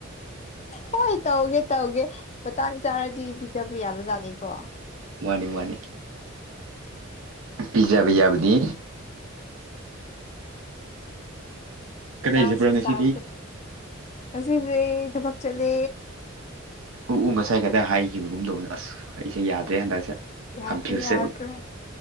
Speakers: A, on the left (about 35°); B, on the right (about 80°).
A: ꯍꯣꯏ ꯇꯧꯒꯦ ꯇꯧꯒꯦ ꯃꯇꯥꯡ ꯆꯥꯔꯗꯤ ꯄꯤꯖꯕ ꯌꯥꯕꯖꯥꯠꯅꯩꯀꯣ
B: ꯃꯥꯅꯤ ꯃꯥꯅꯤ ꯄꯤꯖꯕ ꯌꯥꯕꯗꯤ ꯀꯗꯥꯏ
A: ꯆꯥꯁꯦ
B: ꯆꯠꯄ꯭ꯔꯥ ꯉꯁꯤꯗꯤ
A: ꯆꯥꯁꯦ ꯉꯁꯤꯁꯦ ꯊꯕꯛ ꯆꯠꯂꯦ
B: ꯎ ꯎ ꯉꯁꯥꯏ ꯈꯗꯥ ꯍꯥꯏꯈꯤꯕꯒꯨꯝꯗꯧꯅ ꯑꯁ ꯑꯩꯁꯦ ꯌꯥꯗ꯭ꯔꯦ ꯍꯟꯗꯛꯁꯦ
A: ꯌꯥꯗ꯭ꯔꯦ
B: ꯀꯟꯐ꯭ꯌꯨꯁꯁꯦ
A: ꯌꯥꯗ꯭ꯔꯦ